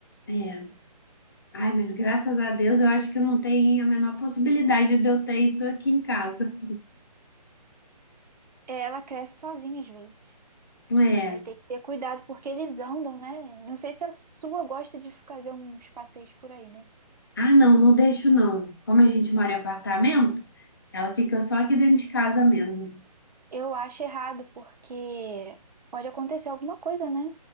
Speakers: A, on the left; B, on the right.
A: É. Ai, mas graças a Deus eu acho que não tem a menor possibilidade de eu ter isso aqui em casa.
B: É, Ela cresce sozinha às vezes.
A: É.
B: Aí tem que ter cuidado porque eles andam, né? Não sei se a sua gosta de fazer uns passeios por aí, né?
A: Ah, não, não deixo não. Como a gente mora em apartamento, ela fica só aqui dentro de casa mesmo.
B: Eu acho errado porque pode acontecer alguma coisa, né?